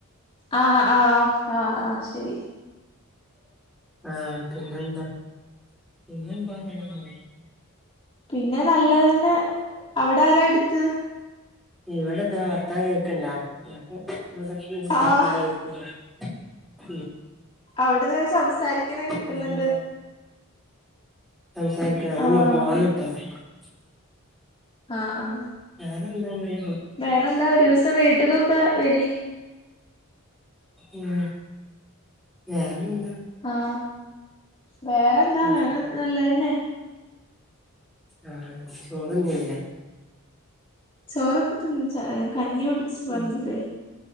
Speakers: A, on the left; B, in the centre.
A: ആ ആ ആഹ് ആ ശരി
B: ആ പിന്നെന്താ പിന്നന്താ അങ്ങനെ പോണു
A: പിന്നെ നല്ലതന്നെ അവിടെ ആരാ അടുത്ത്?
B: ഇവിടെ എന്താ വർത്താനം കേൾക്ക്ണ്ടോ <unintelligible>
A: ആഹ്
B: ഉം
A: അവിടെന്ന് സംസാരിക്കുന്ന കേക്കുന്നുണ്ട്
B: വേറെന്താ സംസാരിക്കണ അത്
A: ആഹ്
B: <unintelligible>
A: ആ ആ
B: എന്താങ്ങനെ
A: വേറെ എന്താ ഒരു ദിവസം വീട്ട്ക്കൊക്കെ വരി
B: ഉം വേറെന്ത്‌
A: ആ വേറെ എന്താ
B: ഉം
A: വേറെ നല്ലതെന്നെ
B: ആ ചോറ്ന്നില്ലേ?
A: ചോറൊക്കെ തിന്ന് ച കഞ്ഞി കുടിച്ചു പറഞ്ഞീലെ
B: ഉം